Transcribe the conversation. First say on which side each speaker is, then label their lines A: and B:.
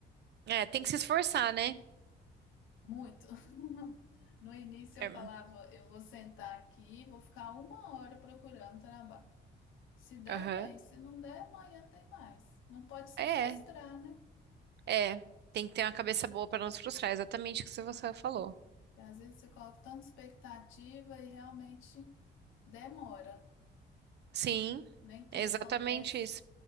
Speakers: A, on the right (about 60°); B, on the left (about 80°).
A: É, tem que se esforçar, né?
B: Muito. <laughs> No início
A: É,
B: eu falava, eu vou sentar aqui, vou ficar uma hora procurando trabalho. Se der
A: Aham.
B: bem, se não der, amanhã tem mais. Não pode se
A: É,
B: frustrar, né?
A: É, tem que ter uma cabeça boa para não se frustrar, exatamente o que você falou.
B: Porque às vezes você coloca tanta expectativa e realmente demora.
A: Sim,
B: Nem tudo
A: é exatamente
B: acontece
A: isso.